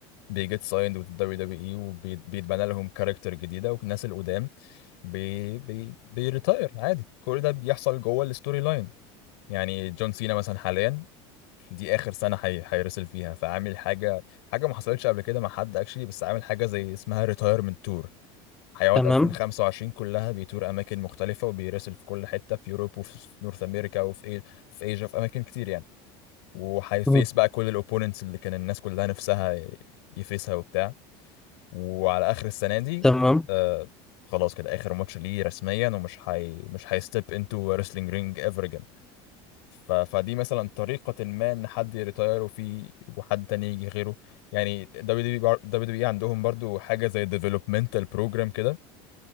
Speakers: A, on the left; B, in the centre.
A: they get signed with the WWE وبيتبنى لهم كاركتر جديدة والناس القدام بي بي بيريتاير عادي كل ده بيحصل جوه الستوري لاين يعني جون سينا مثلا حاليا دي آخر سنة حي... هيرسل فيها فعامل حاجة حاجة ما حصلتش قبل كده مع حد اكشلي بس عامل حاجة زي اسمها ريتايرمنت تور هيقعد
B: تمام
A: 2025 كلها بيتور أماكن مختلفة وبيرسل في كل حتة في يوروب وفي نورث أمريكا وفي إي... في إيجا في أماكن كتير يعني وهيفيس
B: مم.
A: بقى كل الاوبوننتس اللي كان الناس كلها نفسها ي- يفيسها وبتاع وعلى اخر السنه دي
B: تمام
A: آه خلاص كده اخر ماتش ليه رسميا ومش هي مش هيستيب انتو ريسلينج رينج ايفر اجين ف... فدي مثلا طريقه ما ان حد يريتاير وفي وحد تاني يجي غيره يعني دبليو دبليو بار- دبليو دبليو إي عندهم برضو حاجه زي ديفلوبمنتال بروجرام كده